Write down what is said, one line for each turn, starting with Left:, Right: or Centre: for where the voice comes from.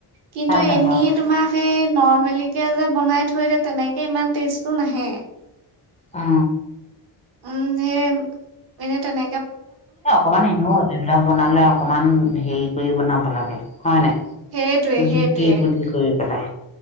Right: কিন্তু
Left: ভাল লাগে
Right: এনেয়ে
Left: অ
Right: তোমাক। সেই নৰমেলিকিয় যে বনাই থৈ দে তেনেকে ইমান টেষ্টটো নাহে।
Left: অ।
Right: উম সেই এনেই তেনে।
Left: এ অকমান এনেও এইবিলাক বনালে অকমান হেৰি। গ বনাব লাগে। হোৱা নাই
Right: সেইটোৱে
Left: জুতি
Right: সেইটোৱে।
Left: বুদ্ধি কৰিব। তেলে।